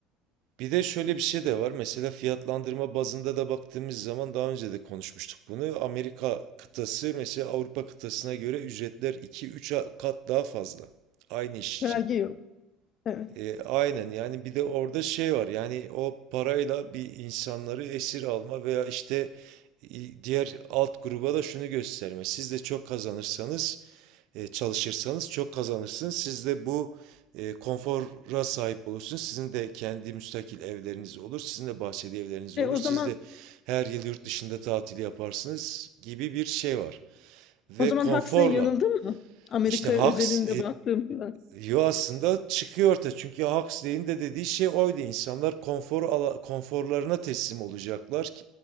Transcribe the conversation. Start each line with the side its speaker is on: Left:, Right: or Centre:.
Right: Bir de şöyle bir şey de var. Mesela fiyatlandırma bazında da baktığımız zaman daha önce de konuşmuştuk bunu. Amerika kıtası mesela Avrupa kıtasına göre ücretler iki üç kat daha fazla. Aynı iş
Left: vergi
Right: için.
Left: yok evet.
Right: E, aynen yani bir de orada şey var yani o parayla bir insanları esir alma veya işte i- diğer alt gruba da şunu gösterme. Siz de çok kazanırsanız e, çalışırsanız çok kazanırsınız. Siz de bu e, konfora sahip olursunuz. Sizin de kendi müstakil evleriniz olur. Sizin de bahçeli evleriniz
Left: E,
Right: olur.
Left: o
Right: Siz
Left: zaman
Right: de her yıl yurt dışında tatil yaparsınız gibi bir şey var. Ve
Left: O zaman
Right: konforla
Left: Huxley yanıldı mı? Amerika
Right: işte haks
Left: özelinde baktığımda.
Right: Yo aslında çıkıyor ortaya çünkü Huxley'in de dediği şey oydu. İnsanlar konfor ala- konforlarına teslim olacaklar